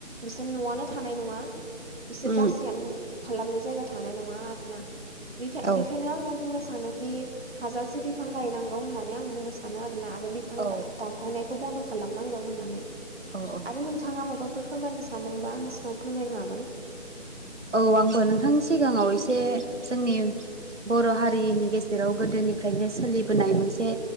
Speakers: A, on the right; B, on the right.
A: बिसोर न'आनो थानाय नङा। बिसोर
B: उम
A: बासायानो खालामनो जायगा थानाय नङा आरोना बेखाय
B: औ
A: बेखायनो आङो बुंनो सानो खि हाजासे बिफां गायनांगौ होननानै आं बुंनो सानो आरोना आरो बिफां
B: औ
A: दानफायनाय खौ बन्द' खालामनांगौ होन्नानै
B: औ औ
A: आरो नोंथाङा माबा फोर फोरमायनो सानदोंबा आंनि सिगाङाव फोरमायनो हागोन।
B: औ आंबो नोंथांनि सिगाङाव एसे जोंनि बर' हारिनि गेजेराव गोदोनिफ्रायनो सोलिबोनाय मोनसे